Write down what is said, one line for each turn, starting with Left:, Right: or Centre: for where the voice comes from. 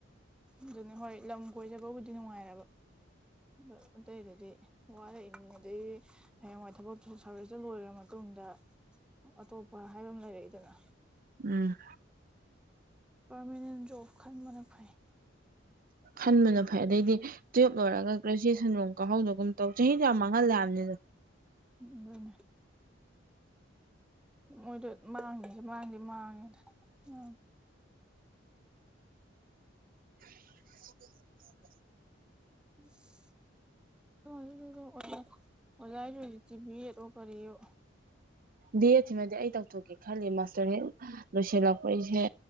Centre: ꯑꯗꯨꯅꯤ ꯍꯣꯏ ꯂꯝ ꯀꯣꯏꯖꯕꯕꯨꯗꯤ ꯅꯨꯡꯉꯥꯏꯔꯕ꯫ ꯑ ꯑꯇꯩꯗꯗꯤ ꯋꯥꯔꯛꯏꯃꯨꯡ ꯑꯗꯗꯒꯤ ꯍꯌꯦꯡꯋꯥꯏ ꯊꯕꯛꯇ ꯁꯧꯔꯤꯁꯇ ꯂꯣꯏꯔꯕ ꯃꯇꯨꯡꯗ ꯑꯇꯣꯞꯄ ꯍꯥꯏꯕ ꯑꯃ ꯂꯩꯔꯛꯏꯗꯅ
Right: ꯎꯝ
Centre: ꯄꯔꯃꯅꯦꯟ ꯖꯣꯕ ꯈꯟꯕꯅ ꯐꯩ꯫
Right: ꯈꯟꯕꯅ ꯐꯩ ꯑꯗꯩꯗꯤ ꯇꯨꯌꯦꯜꯞ ꯂꯣꯏꯔꯒ ꯒ꯭ꯔꯦꯖꯨꯦꯁꯟ ꯂꯣꯝ ꯀ ꯀꯥꯡꯍꯧꯅꯒꯨꯝ ꯇꯧ ꯆꯍꯤꯁꯨ ꯌꯥꯝ ꯃꯥꯡꯍꯜꯂ ꯍꯥꯏꯕꯅꯤꯗ ꯫
Centre: ꯎꯅꯦ꯫ ꯃꯣꯏꯗꯣ ꯃꯥꯡꯉꯦꯁꯦ ꯃꯥꯡꯗꯤ ꯃꯥꯡꯉꯦꯗ ꯎꯝ
Right: <inaudible>
Centre: ꯏꯁ ꯖꯤꯛꯗ ꯑꯣꯖꯥ ꯍꯥꯏꯁꯨ ꯍꯧꯖꯤꯛꯇꯤ ꯕꯦꯠ ꯂꯣ ꯀꯔꯤꯌꯣ ꯫
Right: ꯕꯤ ꯑꯦꯗꯁꯤꯃꯗꯤ ꯑꯩ ꯇꯧꯊꯣꯛꯀꯦ ꯈꯜꯂꯤ ꯃꯥꯁꯇꯔ ꯍꯦꯛ ꯂꯣꯏꯁꯤꯜꯂꯛꯄ ꯑꯩꯁꯦ